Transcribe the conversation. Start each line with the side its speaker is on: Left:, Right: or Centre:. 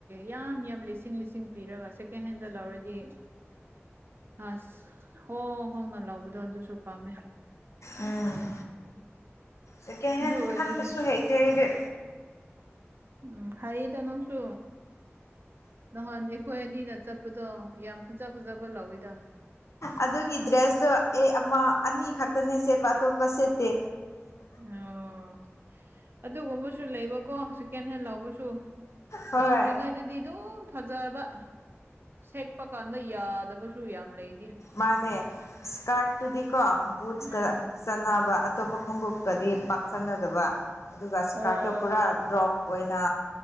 Right: ꯌꯥꯝ ꯌꯥꯝ ꯂꯤꯁꯤꯡ ꯂꯤꯁꯤꯡ ꯄꯤꯔꯒ ꯁꯦꯀꯦꯟ ꯍꯦꯟꯗ ꯂꯧꯔꯗꯤ ꯑꯁ ꯍꯣ ꯍꯣꯡꯅ ꯂꯧꯥꯕꯗꯣ ꯑꯗꯨꯁꯨ ꯄꯥꯝꯃꯦ <unintelligible>
Left: ꯎꯝ ꯁꯦꯀꯦꯟ
Right: ꯑꯗꯨ
Left: ꯍꯦꯟ
Right: ꯑꯣꯏꯔꯁꯨ
Left: ꯈꯟꯕꯁꯨ ꯍꯩꯇꯦ ꯑꯩꯗꯤ
Right: ꯎꯝ ꯍꯥꯏꯌꯦꯗ ꯅꯪꯁꯨ ꯅꯍꯥꯟ ꯑꯩꯈꯣꯏ ꯑꯅꯤꯅ ꯆꯠꯄꯗꯣ ꯌꯥꯝ ꯐꯖ ꯐꯖꯕ ꯂꯧꯋꯤꯗ
Left: ꯑꯗꯨꯒꯤ ꯗ꯭ꯔꯦꯁꯇꯣ ꯑꯦ ꯑꯃ ꯑꯅꯤ ꯈꯛꯇꯅꯦ ꯁꯦꯠꯄ ꯑꯇꯣꯞꯄ ꯁꯦꯠꯇꯦ
Right: ꯑꯣ ꯑꯗꯨꯒꯨꯝꯕꯁꯨ ꯂꯩꯕꯀꯣ ꯁꯦꯀꯦꯟ ꯍꯦꯟ ꯂꯧꯕꯁꯨ
Left: ꯍꯣꯏ
Right: ꯂꯧꯗ꯭ꯔꯤ ꯉꯥꯏꯗꯗꯤ ꯑꯗꯨꯝ ꯐꯖꯕ ꯁꯦꯠꯄ ꯀꯥꯟꯗ ꯌꯥꯗꯕꯁꯨ ꯌꯥꯝ ꯂꯩ
Left: ꯃꯥꯅꯦ ꯁ꯭ꯀꯔꯠ ꯇꯨꯗꯤꯀꯣ ꯕꯨꯠꯁ
Right: ꯎꯝ
Left: ꯀ ꯆꯥꯟꯅꯕ ꯑꯇꯣꯞꯄ ꯈꯣꯡꯎꯞꯀꯗꯤ ꯄꯥꯛ ꯆꯥꯟꯅꯗꯕ ꯑꯗꯨꯒ ꯁ꯭ꯀꯔꯠꯇꯣ
Right: ꯑꯣ
Left: ꯄꯨꯔꯥ ꯔꯣꯞ ꯑꯣꯏꯅ